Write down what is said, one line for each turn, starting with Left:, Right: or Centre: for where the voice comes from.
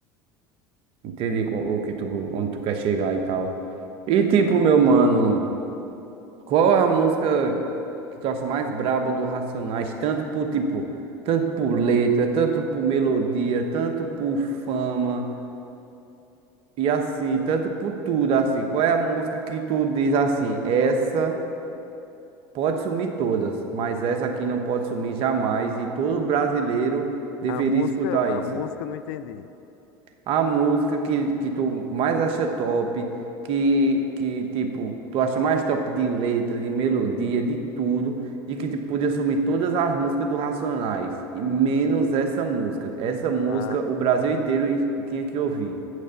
Right: entendi co- o que tu, onde tu quer chegar e tal. E
Left: entendeu?
Right: tipo, meu mano... Qual é a música que tu acha mais braba do Racionais? Tanto por tipo, tanto por letra, tanto por melodia, tanto por fama e assim, tanto por tudo assim. Qual é a música que tu diz assim? Essa pode sumir todas, mas essa aqui não pode sumir jamais e todo brasileiro deveria
Left: A música,
Right: escutar isso.
Left: a música eu não entendi.
Right: a música que, que tu mais acha top, que, que tipo, tu acha mais top de letra, de melodia, de tudo, e que tipo, podia sumir todas as músicas do Racionais, e menos essa música. Essa música
Left: A
Right: o Brasil inteiro i- tinha que ouvir.